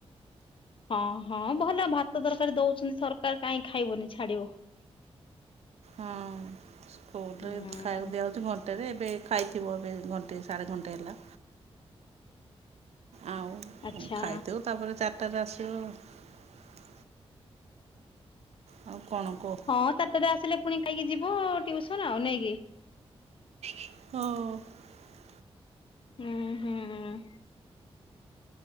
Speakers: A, on the left; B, on the right.
A: ହଁ ହଁ ଭଲ ଭାତ ତରକାରୀ ଦଉଛନ୍ ସରକାର କାହିଁ ଖାଇବନି ଛାଡିବ।
B: ହଁ ସ୍କୁଲରେ
A: ହୁଁ
B: ଖାଇବାକୁ ଦିଆହଉଛି ଘଣ୍ଟେରେ ଏବେ ଖାଇଥିବ ଏବେ ଘଣ୍ଟେ ସାଢ଼େ ଘଣ୍ଟେ ହେଲା। ଆଉ
A: ଆଚ୍ଛା
B: ଉଁ ଖାଇଦଉ ତାପରେ ଚାରିଟାରେ ଆସିବ ଆଉ। କ'ଣ କୁହ
A: ହଁ ଚାରିଟାରେ ଆସିଲେ ପୁଣି ଖାଇକି ଯିବ ଟିଉସନ ଆଉ ନାଇକି?
B: ହଁ।
A: ହୁଁ ହୁଁ।